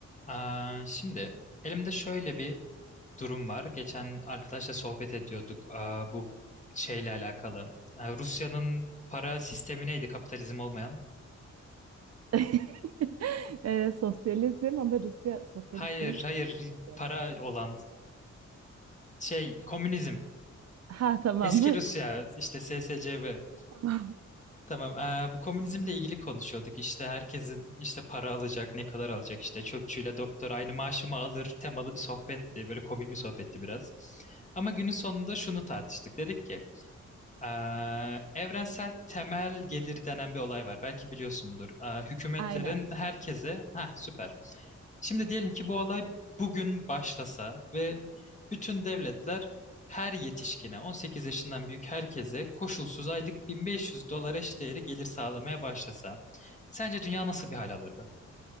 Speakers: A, on the left; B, on the right.
A: Aa, şimdi elimde şöyle bir durum var. Geçen arkadaşla sohbet ediyorduk aa, bu şeyle alakalı. Aa, Rusya'nın para sistemi neydi kapitalizm olmayan?
B: <laughs> Ee, sosyalizm ama Rusya sosyalist
A: Hayır,
B: değil.
A: hayır
B: ki.
A: para olan şey komünizm.
B: Ha tamam.
A: Eski
B: <laughs>
A: Rusya işte SSCB.
B: Tamam.
A: Tamam. aa, bu komünizmle ilgili konuşuyorduk. İşte herkesin işte para alacak, ne kadar alacak işte çöpçüyle doktor aynı maaşı mı alır temalı bir sohbetti. Böyle komik bir sohbetti biraz. Ama günün sonunda şunu tartıştık. Dedik ki Ee, evrensel temel gelir denen bir olay var. Belki biliyorsundur. Ee, hükümetlerin
B: Aynen.
A: herkese... ha süper. Şimdi diyelim ki bu olay bugün başlasa ve bütün devletler her yetişkine, 18 yaşından büyük herkese koşulsuz aylık 1500 dolar eşdeğeri gelir sağlamaya başlasa. Sence dünya nasıl bir hal alırdı?